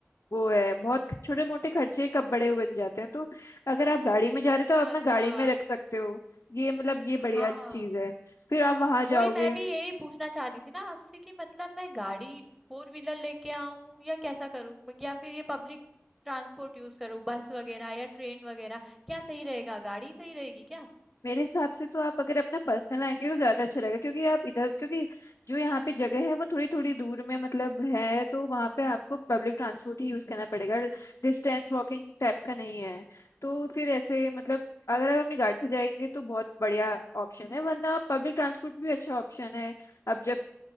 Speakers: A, on the left (about 80°); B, in the centre.
A: वो है बहुत छोटे मोटे खर्चे कब बड़े हुए बन जाते हैं तो अगर आप गाड़ी में जा रहे
B: अच्छा
A: हो तो आप अपना
B: अच्छा
A: गाड़ी में रख सकते हो ये मतलब ये बढ़िया
B: हाँ
A: चीज है फिर आप वहां जाओगे
B: वही मैं भी यही पूछना चाह रही थी ना आपसे कि मतलब मैं गाड़ी फोर व्हीलर लेके आऊं या कैसा करूं म- या फिर ये पब्लिक ट्रांसपोर्ट यूज करूं बस वगैरह या ट्रेन वगैरह क्या सही रहेगा गाड़ी सही रहेगी क्या
A: मेरे हिसाब से तो आप अगर अपना पर्सनल आएंगे तो ज्यादा अच्छा रहेगा क्योंकि आप इधर क्योंकि जो यहाँ पे जगह है वो थोड़ी थोड़ी दूर में मतलब है तो वहाँ पे आपको पब्लिक ट्रांसपोर्ट ही यूज करना पड़ेगा डिस्टेंस वॉकिंग टाइप का नहीं है तो फिर ऐसे मतलब अगर आप अपनी गाड़ी से जाएंगे तो बहुत बढ़िया ऑप्शन है वरना पब्लिक ट्रांसपोर्ट भी अच्छा ऑप्शन है अब जब